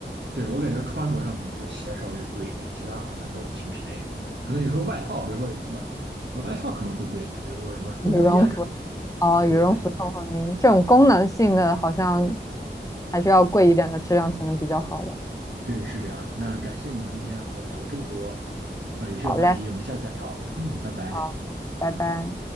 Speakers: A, on the right (about 70°); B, on the left (about 15°).
A: 对我感觉穿着上可能就鞋稍微贵一点，其他好像都挺便宜的。可能有时候外套，比如说有什么呃外套可能会贵一点，比如说什么冲锋衣啊这种。
B: 羽绒服哦，
A: 对对对
B: 羽绒服、冲锋衣这种功能性的好像还是要贵一点的质量才能比较好吧。
A: 对，是这样的。那感谢你今天和我聊了这么多呃有趣的话题，
B: 好嘞。
A: 我们下次再聊。嗯，拜拜。
B: 好，拜拜。